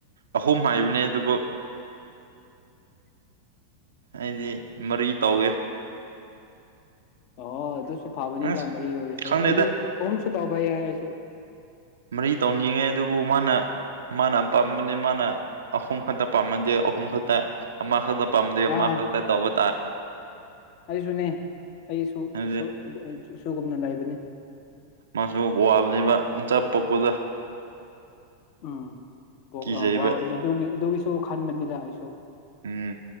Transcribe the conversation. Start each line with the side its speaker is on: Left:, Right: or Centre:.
Right: ꯑꯍꯨꯝ ꯍꯥꯏꯕꯅꯦ ꯑꯗꯨꯕꯨ ꯑꯩꯗꯤ ꯃꯔꯤ ꯇꯧꯒꯦ
Left: ꯑꯣ ꯑꯗꯨꯁꯨ ꯐꯕꯅꯤꯗ
Right: ꯑꯁ
Left: ꯃꯔꯤ ꯑꯣꯏꯔꯁꯨ
Right: ꯈꯪꯗꯦꯗ
Left: ꯑꯩꯗꯤ ꯑꯍꯨꯝꯁꯨ ꯇꯥꯎꯕ ꯌꯥꯏ ꯑꯩꯁꯨ
Right: ꯃꯔꯤ ꯇꯧꯅꯤꯡꯉꯦ ꯑꯗꯨꯕꯨ ꯃꯥꯅ ꯃꯥꯅ ꯑꯄꯥꯥꯝꯕꯅꯦ ꯃꯥꯅ ꯑꯍꯨꯝ ꯈꯛꯇ ꯄꯥꯝꯃꯗꯦ ꯑꯍꯨꯝ ꯈꯛꯇ ꯑꯃ ꯈꯛꯇ ꯄꯥꯝꯃꯗꯤ ꯑꯃꯥ
Left: ꯑꯥ
Right: ꯈꯛꯇ ꯇꯧꯕ
Left: ꯑꯩꯁꯨꯅꯦ ꯑꯩꯁꯨ
Right: ꯍꯥꯏꯕꯗꯤ
Left: ꯁꯨ <unintelligible> ꯁꯨꯒꯨꯝꯅ ꯂꯩꯕ ꯅꯤ
Right: ꯃꯥꯁꯨ ꯋꯥꯕꯅꯦꯕ ꯃꯆꯥ ꯄꯣꯛꯄꯗ
Left: ꯎꯝ
Right: ꯀꯤꯖꯩꯕ
Left: ꯑ ꯋꯥꯕꯅꯤ ꯑꯗꯨꯒꯤ ꯑꯗꯨꯒꯤꯁꯨ ꯈꯟꯕꯅꯤꯗ ꯑꯩꯁꯨ
Right: ꯎꯝ